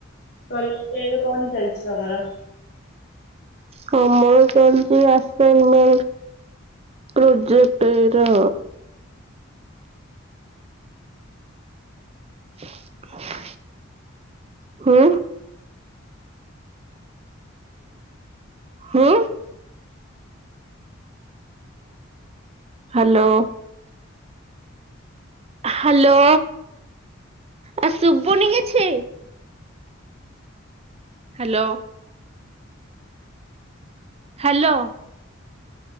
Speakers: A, on the left; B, on the right.
A: କଲେଜରେ ଏବେ କଣ ଚାଲିଚି ତମର?
B: କମଳ ଚାଲିଚି ଆସିନି। ପ୍ରୋଜେକ୍ଟେର। ହ <inaudible> ହୁଁ। ହୁଁ। ହାଲୋ। ହାଲୋ ଆ ଶୁବୁନି କିଛି। ହାଲୋ। ହାଲୋ।